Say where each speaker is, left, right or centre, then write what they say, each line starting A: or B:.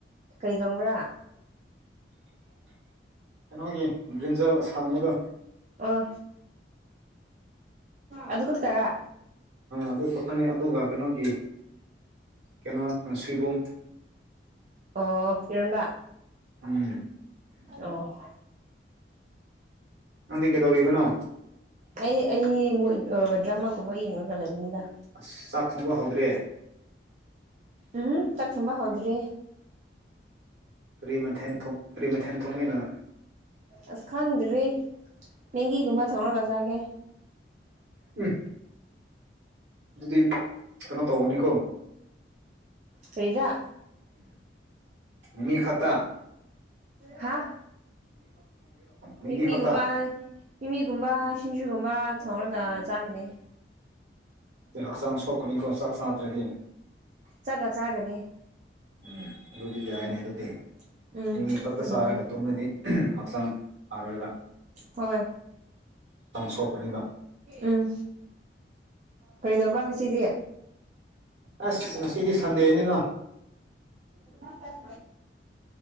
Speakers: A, on the right; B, on the right.
A: ꯀꯔꯤ ꯊꯣꯡꯕ꯭ꯔꯥ
B: ꯀꯩꯅꯣꯒꯤ ꯒ꯭ꯔꯤꯟꯖꯜ ꯑꯁꯥꯡꯕꯗꯣ
A: ꯑꯣ ꯑꯗꯨꯗ ꯀꯠꯇꯔ
B: ꯑꯗꯨ ꯊꯣꯛꯀꯅꯤ ꯑꯗꯨꯒ ꯀꯩꯅꯣꯒꯤ ꯀꯩꯅꯣ ꯁꯣꯏꯕꯨꯝ
A: ꯑꯣ ꯏꯔꯣꯟꯕ
B: ꯎꯝ
A: ꯑꯣ ꯍ
B: ꯅꯪꯗꯤ ꯀꯩꯗꯧꯔꯤꯕꯅꯣ
A: ꯑꯩ ꯑꯩ ꯗ꯭ꯔꯃꯥꯒꯨꯝꯕ ꯌꯦꯡꯉꯒ ꯂꯩꯕꯅꯤꯗ
B: ꯑꯁ ꯆꯥꯛ ꯊꯣꯡꯕ ꯍꯧꯗ꯭ꯔꯦ
A: ꯎꯝ ꯇꯪ ꯊꯨꯝꯕ ꯍꯥꯎꯗ꯭ꯔꯤ
B: ꯀꯔꯤ ꯃꯊꯦꯜ ꯀꯔꯤ ꯃꯊꯦꯜ ꯊꯣꯡꯉꯅꯣ
A: ꯑꯁ ꯈꯪꯗ꯭ꯔꯤ ꯃꯦꯡꯒꯤꯒꯨꯝꯕ ꯊꯣꯡꯉꯒ ꯆꯥꯒꯦ
B: ꯎꯝ ꯑꯗꯨꯗꯤ ꯀꯩꯅꯣ ꯇꯧꯧꯕꯅꯤꯀꯣ
A: ꯐꯔꯤꯗꯥ
B: ꯃꯤ ꯈꯠꯇ
A: ꯍꯥ
B: ꯃꯤꯒꯤ
A: ꯏꯃꯤꯒꯨꯝꯕ
B: ꯈꯛꯇ
A: ꯏꯃꯤꯒꯨꯝꯕ ꯁꯤꯟꯖꯨꯒꯨꯝꯕ ꯃꯥ ꯊꯣꯡꯡꯂꯒ ꯆꯥꯒꯅꯤ
B: ꯍꯛꯆꯥꯡ ꯁꯣꯛꯀꯅꯤꯀꯣ ꯆꯥꯛ ꯆꯥꯗ꯭ꯔꯗꯤ
A: ꯆꯠꯒ ꯆꯥꯒꯅꯤ
B: ꯎꯝ ꯑꯗꯨꯗꯤ ꯌꯥꯏꯅꯦ
A: ꯎꯝ
B: ꯑꯗꯨꯗꯤ
A: ꯎꯝ
B: ꯃꯤ ꯃꯤ ꯈꯛꯇ
A: ꯅꯨꯡꯉꯥꯏ
B: ꯁꯥꯔꯒ ꯇꯨꯝꯗꯤ ꯍꯛꯆꯥꯡ ꯑꯔꯣꯏꯕ
A: ꯍꯣꯏ
B: ꯁꯣꯛꯀꯅꯤꯕ
A: ꯎꯝ ꯀꯔꯤꯗꯧꯕꯥ ꯉꯁꯤꯗꯤ
B: ꯑꯁ ꯉꯁꯤꯗꯤ ꯁꯟꯗꯦ ꯍꯥꯏꯅꯤꯅꯣ
A: ꯑ ꯁꯠ